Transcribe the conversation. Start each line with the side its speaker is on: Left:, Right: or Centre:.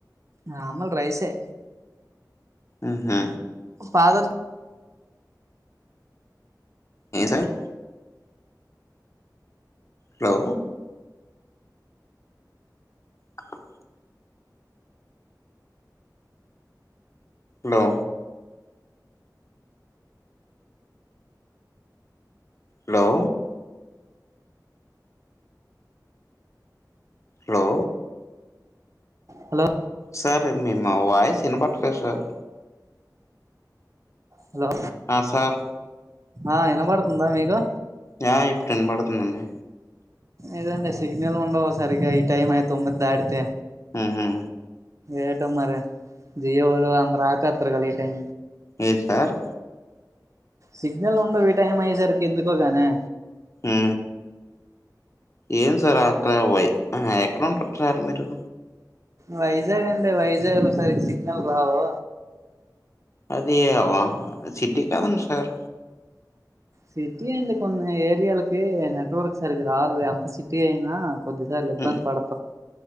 Right: నార్మల్ రైసే
Left: ఆహ
Right: ఫాదర్
Left: ఏ సార్ హలో కు hello hello hello
Right: hello
Left: sir మీ మా వాయిస్ ఇనపట్లేదు సార్
Right: హలో
Left: ఆసార్
Right: ఆ ఇనబడుతుందా మీకు
Left: యా ఇప్పుడు ఇనపడుతుందండి
Right: ఇదండి సిగ్నల్ ఉండవు సరిగ్గా ఈ టైమ్ అయి తొమ్మిది దాడితే
Left: ఊహు
Right: ఏటో మరి జియోలో అందరు ఆపేత్తర్ కాల ఈ టైం
Left: ఏద్ సార్
Right: సిగ్నల్ ఉండవు ఈ టైం అయేసరికి ఎందుకో గానే
Left: ఊ ఏం సార్ అక్కడ వై ఆ ఎక్కడ ఉంటారు సార్ మీరు
Right: వైజాగ్ అండి వైజాగ్ లో సరిగ సిగ్నల్ రావు
Left: అది అవ సిటీ కదండి సార్
Right: సిటీయే అండి కొన్ని ఏరియాలకి నెట్వర్క్ సరిగ్గ రాదు ఎంత సిటీ అయినా కొద్దిసార్లు ఇబ్బంది
Left: ఉమ్,
Right: పడతావ్